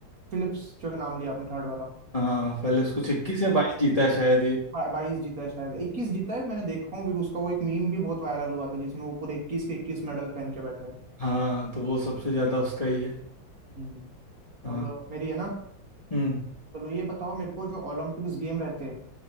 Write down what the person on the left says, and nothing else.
हाँ पहले उसको इक्कीस या बाईस जीता है शायद ये
हाँ तो वो सबसे ज्यादा उसका ही है
हाँ
हम्म